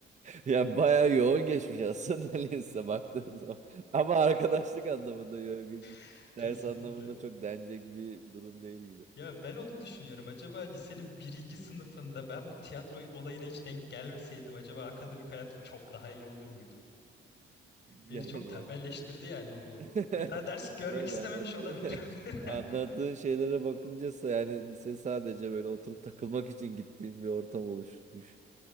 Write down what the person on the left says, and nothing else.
<laughs> Kesinlikle.
Ya ben onu düşünüyorum. Acaba lisenin birinci sınıfında ben bu tiyatro olayına hiç denk gelmeseydim acaba akademik hayatım çok daha iyi olur muydu? Beni
çok tembelleştirdi yani bu.
Bir daha ders görmek
istememiş
olabilirim.
<laughs>